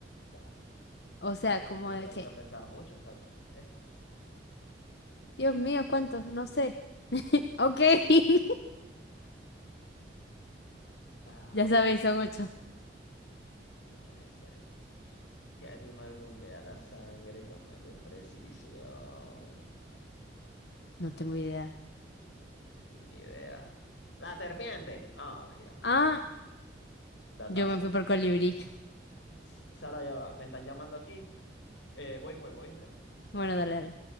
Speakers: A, on the left; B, on the left.
A: sea,
B: O
A: no,
B: sea,
A: to-
B: como
A: no
B: de
A: tengo
B: que,
A: que pensar mucho, o sea, estos.
B: Dios mío, ¿cuántos? No sé. <laughs> Ok. <laughs>
A: Ah,
B: Ya sabéis, son ocho.
A: no puede ser. ¿Qué animal bombea la sangre con mayor precisión?
B: No tengo idea.
A: Ni idea. ¡La serpiente! Ah, la jirafa.
B: Ah,
A: Datazo.
B: yo me fui por colibrí.
A: S- Sara, ya va, me están llamando aquí. Eh, voy y vuelvo, ¿oíste?
B: <laughs> Bueno, dale, dale.